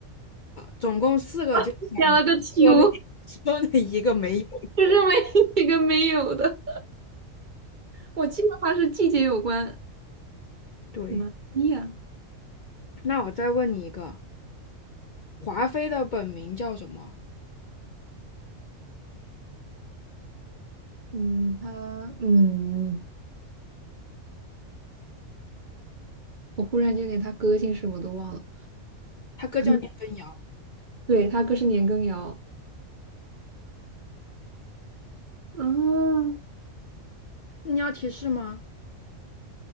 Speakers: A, on the left; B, on the right.
A: 总共四个，就
B: <laughs> 加了个秋，
A: 说那 <laughs> 说那一个没有。
B: 就是没一个没有的。我记得他是季节有关。
A: 对，
B: 妈呀，
A: 那我再问你一个，华妃的本名叫什么？
B: 嗯，他嗯，我忽然间连他哥姓什么都忘了。
A: 她哥叫年羹尧。
B: 嗯，对，他哥是年羹尧。嗯，
A: 你要提示吗？